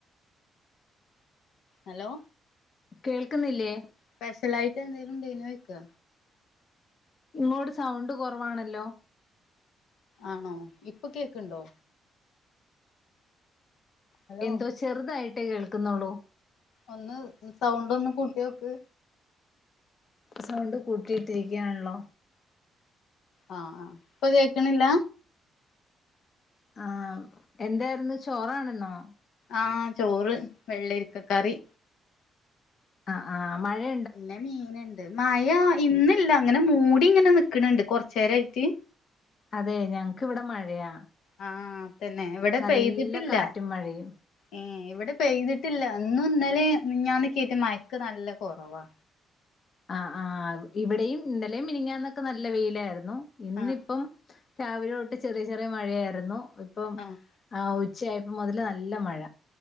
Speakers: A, on the left (about 75°); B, on the left (about 45°).
A: ഹലോ
B: കേൾക്ക്ന്നില്ലേ
A: സ്പെഷലായിറ്റെന്തെങ്കിലും ണ്ടേയ്നോയിക്ക
B: ഇങ്ങോട് സൗണ്ട് കൊറവാണല്ലോ
A: ആണോ ഇപ്പൊ കേക്ക്ണ്ടോ ഹലോ
B: എന്തോ ചെറുതായിട്ടെ കേൾക്കുന്നുള്ളൂ
A: ഒന്ന് സൗണ്ടോന്ന് കൂട്ടിയോക്ക്
B: സൗണ്ട് കൂട്ടിയിട്ടിരിക്കാണല്ലോ
A: ആഹ് ആഹ് ഇപ്പൊ കേക്ക്ണില്ല.
B: ആഹ് എന്തായിരുന്നു ചോറാണ്ന്നോ.
A: ആഹ് ചോറ്, വെള്ളരിക്ക കറി.
B: അഹ് ആഹ് മഴയ
A: പിന്നെ മീന്ണ്ട് മഴ ഇന്നില്ല ഇങ്ങനെ മൂടിങ്ങനെ നിക്ക്ണ് ണ്ട് കൊർച്ചേരൈറ്റ്.
B: അതെ ഞങ്ങക്കിവിടെ മഴയാ.
A: ആഹ് തന്നെ ഇവ്ടെ
B: നല്ല
A: പെയ്തിട്ടില്ല.
B: കാറ്റും മഴയും
A: ഏഹ് ഇവടെ പെയ്തിട്ടില്ല ഇന്നു ഇന്നലെം മിഞ്ഞാന്നെകേയ്ട്ട് മയക്ക് നല്ല കൊറവാ.
B: ആഹ് ആഹ് ഇവിടെയും ഇന്നലെയും മിനിഞ്ഞാന്നൊക്കെ നല്ല വെയിലായിരുന്നു ഇന്നിപ്പം.
A: ആഹ്
B: രാവിലെ തൊട്ട് ചെറിയ ചെറിയ മഴയായിരുന്നു ഇപ്പം
A: ആഹ്
B: ഏഹ് ഉച്ചയായപ്പം മുതല് നല്ല മഴ.